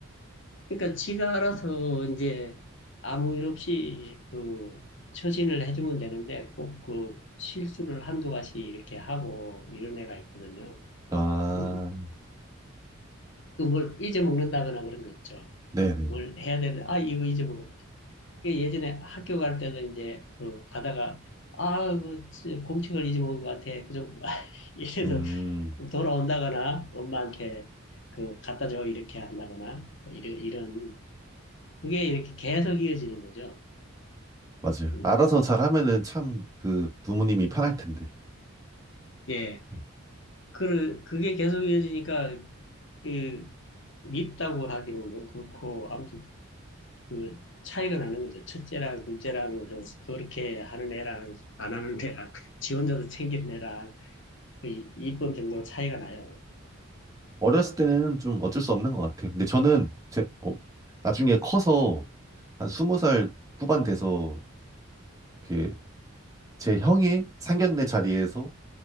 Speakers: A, on the left (about 60°); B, on the right (about 15°).
A: 그러니까 지가 알아서 이제 아무 일 없이 그 처신을 해주면 되는데 꼭 그 실수를 한두 가지 이렇게 하고 이런 애가 있거든요.
B: 아,
A: 음, 그 뭘 잊어먹는다거나 그런 거 있죠.
B: 네네.
A: 뭘 해야 되는데, 아, 이거 잊어먹었다. 그 예전에 학교 갈 때도 이제 그 가다가, 아, 그 지- 공책을 잊어먹은 것 같아. 그 좀, <laughs> 이래서
B: 음.
A: 돌아온다거나 엄마한테 그 갖다 줘. 이렇게 한다거나, 뭐 이런, 이런. 그게 이렇게 계속 이어지는 거죠.
B: 맞아요.
A: 음.
B: 알아서 잘하면은 참 그 부모님이 편할 텐데.
A: 예.
B: 예.
A: 그, 그게 계속 이어지니까, 그, 밉다고 하기는 뭐 그렇고, 아무튼 그 차이가 나는 거죠. 첫째랑 둘째랑 그 그렇게 하는 애랑 안 하는 애랑 지 혼자서 챙기는 애랑 그 이쁨 정도가 차이가 나요.
B: 어렸을 때는 좀 어쩔 수 없는 것 같아요. 근데 저는 제, 어, 나중에 커서 한 스무 살 후반 돼서 이렇게 제 형이 상견례 자리에서